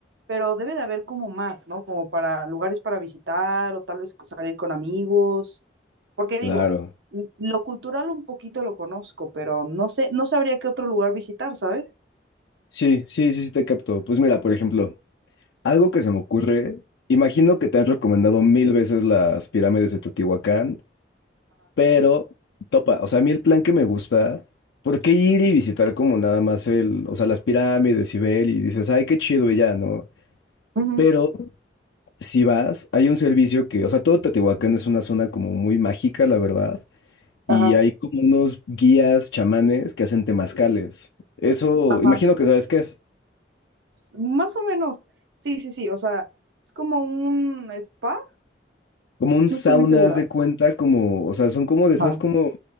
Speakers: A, on the right; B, on the left.
A: pero debe de haber como más, ¿no? Como para lugares para visitar o tal vez salir con amigos, porque
B: Claro.
A: digo, mm, Lo cultural un poquito lo conozco, pero no sé, no sabría qué otro lugar visitar, ¿sabes?
B: Sí, sí, sí, sí te capto. Pues mira, por ejemplo, algo que se me ocurre, imagino que te han recomendado mil veces las pirámides de Teotihuacán Pero, topa, o sea, a mí el plan que me gusta, ¿por qué ir y visitar como nada más el, o sea, las pirámides y ver y dices, ay, qué chido y ya, ¿no?
A: Ujú.
B: Pero si vas, hay un servicio que, o sea, todo Teotihuacán es una zona como muy mágica, la verdad, y
A: Ajá,
B: hay como unos guías chamanes que hacen temazcales. Eso,
A: ajá.
B: imagino que sabes qué es.
A: S- Más o menos. Sí, sí, sí. O sea, es como un spa.
B: Como un sauna,
A: No estoy muy segura.
B: haz de cuenta, como, o sea, son como de esas,
A: Ajá,
B: como,